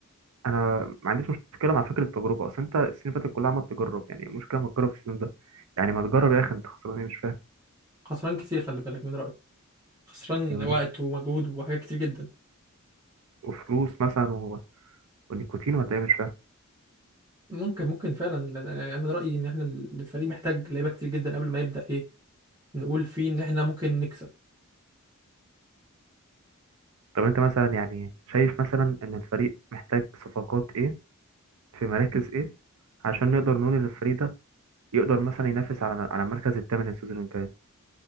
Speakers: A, on the right; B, on the right.
A: انا ما عنديش مشكلة مع فكرة التجربة اصل انت السنين اللي فاتت كلها عمال تجرب يعني مشكلة ما تجرب السنين ده يعني ما تجرب يا اخي انت خسران ايه مش فاهم
B: خسران كتير خلي بالك من رايي خسران
A: يعني
B: وقت ومجهود وحاجات كتير جدا
A: وفلوس مثلا و... ونيكوتين ولا ايه مش فاهم
B: ممكن ممكن فعلا ال- يعني من رأيي ان احنا ال- الفريق محتاج لعيبة كتير جدا قبل ما يبدأ ايه نقول فيه ان احنا ممكن نكسب
A: طب انت مثلا يعني شايف مثلا ان الفريق محتاج صفقات ايه في مراكز ايه عشان نقدر نقول ان الفريق ده يقدر مثلا ينافس على على المركز الثامن السيزون الجاي